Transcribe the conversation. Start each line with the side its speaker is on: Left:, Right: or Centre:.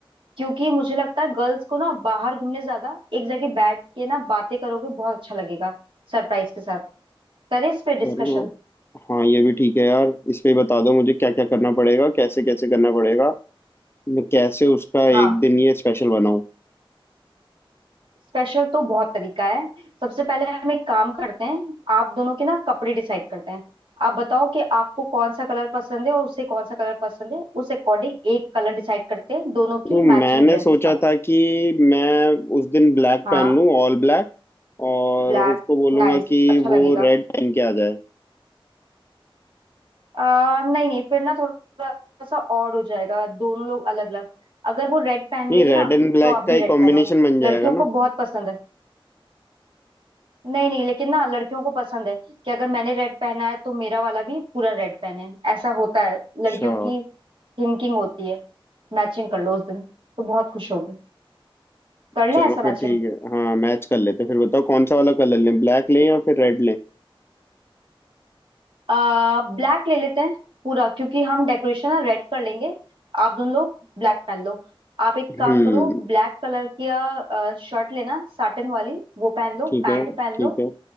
Right: क्योंकि मुझे लगता है गर्ल्स को ना बाहर घूमने ज्यादा एक जगह बैठ के ना बातें करोगे बहुत अच्छा लगेगा सरप्राइज के साथ करें इस पे डिस्कशन
Left: चलो हाँ ये भी ठीक है यार इस पे बता दो मुझे क्या क्या करना पड़ेगा कैसे कैसे करना पड़ेगा मैं कैसे उसका
Right: हाँ
Left: एक दिन ये स्पेशल बनाऊं
Right: स्पेशल तो बहुत तरीका है सबसे पहले हम एक काम करते हैं आप दोनों के ना कपड़े डिसाइड करते हैं आप बताओ कि आपको कौन सा कलर पसंद है और उसे कौन सा कलर पसंद है उस अकॉर्डिंग एक कलर डिसाइड करते हैं दोनों
Left: तो
Right: की मैचिंग
Left: मैंने
Right: ड्रेस
Left: सोचा
Right: का
Left: था कि मैं उस दिन ब्लैक
Right: हाँ
Left: पहन लूं ऑल ब्लैक और
Right: ब्लैक
Left: उसको बोलूंगा
Right: नाइस
Left: कि
Right: अच्छा लगेगा
Left: वो रेड पहन के आ जाए
Right: आ, नहीं नहीं फिर ना थोड़ा सा ऑड हो जाएगा दोनों लोग अलग अलग अगर वो रेड पहन
Left: नहीं
Right: रही
Left: रेड
Right: है ना
Left: एंड ब्लैक
Right: तो आप भी
Left: का ही
Right: रेड
Left: कॉम्बिनेशन
Right: पहनो
Left: बन जाएगा
Right: लड़कियों को
Left: ना
Right: बहुत पसंद है नहीं नहीं लेकिन ना लड़कियों को पसंद है कि अगर मैंने रेड पहना है तो मेरा वाला भी पूरा रेड पहने ऐसा होता है
Left: अच्छा
Right: लड़कियों की थिंकिंग होती है मैचिंग कर लो उस दिन तो बहुत खुश होगी कर
Left: चलो
Right: लें ऐसा
Left: फिर
Right: मैचिंग
Left: ठीक है हाँ मैच कर लेते हैं। फिर बताओ कौन सा वाला कलर लें ब्लैक लें या फिर रेड लें
Right: आ ब्लैक ले लेते हैं पूरा क्योंकि हम डेकोरेशन ना रेड कर लेंगे आप दोनों लोग ब्लैक पहन लो आप एक
Left: हम्म
Right: काम करो ब्लैक कलर की आ, शर्ट लेना साटन वाली वो पहन लो
Left: ठीक
Right: पैंट
Left: है
Right: पहन
Left: ठीक
Right: लो
Left: है